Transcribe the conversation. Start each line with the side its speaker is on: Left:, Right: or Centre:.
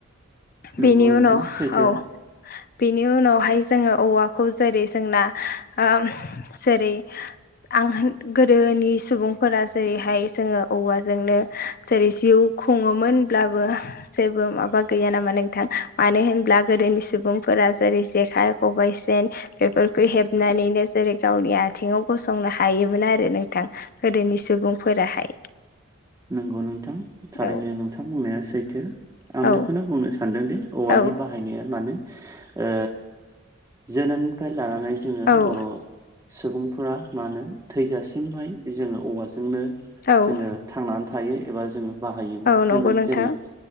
Right: नंगौ
Left: बेनि
Right: नोंथां
Left: उनाव
Right: सैथो
Left: औ बेनि उनावहाय जोङो औवाखौ जेरै जोंना ओम जेरै आं गोदोनि सुबुंफोरा जेरैहाय जोङो औवाजोंनो जेरै जिउ खुङोमोनब्लाबो जेबो माबा गैया नामा नोंथां मानो होनब्ला गोदोनि सुबुंफोरा जेरै जेखाइ, खबाइ, सेन बेफोरखौ हेबनानैनो जेरै गावनि आथिङाव गसंनो हायोमोन आरो नोंथां। गोदोनि सुबुंफोराहाय
Right: नंगौ नोंथां थारैनो
Left: औ
Right: नोंथां बुंनाया सैथो
Left: औ
Right: आं बेखौनो बुंनो सानदोंदि औवानि
Left: औ
Right: बाहायनाया माने ओ जोनोमनिफ्राय लानानै जोङो
Left: औ
Right: बर' सुबुंफोरा मानो थैजासिमहाय जोङो औवाजोंनो
Left: औ
Right: जोङो थांनानै थायो एबा जोङो बाहायोमोन
Left: औ
Right: जोङो
Left: नंगौ नोंथां
Right: जेरै